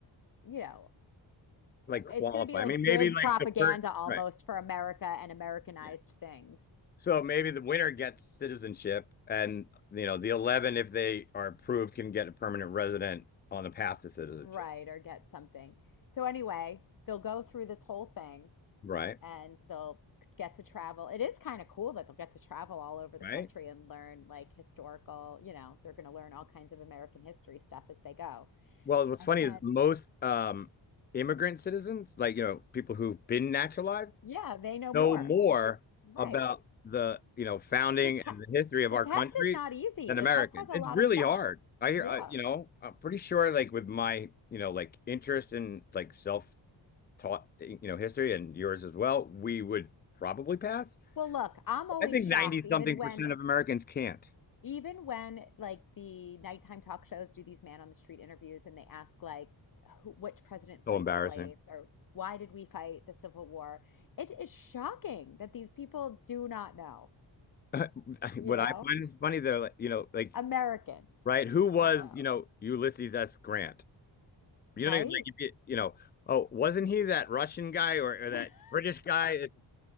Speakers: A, on the left; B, on the left.
A: you know,
B: Like qualify.
A: It's going to be like
B: I mean, maybe
A: good
B: like
A: propaganda
B: the first,
A: almost
B: right.
A: for America and Americanized
B: Yeah.
A: things.
B: So maybe the winner gets citizenship, and you know, the eleven, if they are approved, can get a permanent resident on the path to citizenship.
A: Right, or get something. So anyway, they'll go through this whole thing
B: Right,
A: and they'll get to travel. It is kind of cool that they'll get to travel all over the
B: right.
A: country and learn like historical, you know, they're going to learn all kinds of American history stuff as they go.
B: Well, what's
A: And
B: funny
A: then,
B: is most um, immigrant citizens, like you know, people who've been naturalized,
A: yeah, they know
B: know
A: more.
B: more
A: Bec- Right.
B: about the you know founding
A: The te
B: and the history of
A: the
B: our
A: test
B: country
A: is not easy.
B: than
A: The
B: Americans.
A: test has a
B: It's
A: lot
B: really
A: of stuff.
B: hard. I hear,
A: Yeah.
B: I, you know, I'm pretty sure like with my you know like interest in like self-taught you know history and yours as well, we would probably pass.
A: Well, look, I'm always
B: I think
A: shocked,
B: 90 something
A: even when
B: percent of Americans can't.
A: Even when like the nighttime talk shows do these man on the street interviews and they ask like who, which president
B: So
A: freed
B: embarrassing.
A: the slaves or why did we fight the Civil War? It is shocking that these people do not know,
B: <laughs>
A: you
B: What
A: know?
B: I find is funny though, like, you know, like
A: Americans
B: right? Who
A: do
B: was,
A: not know,
B: you know, Ulysses S. Grant? You
A: right?
B: know, like if you, you know, oh, wasn't he that Russian guy or, or that
A: <laughs>
B: British guy? It's,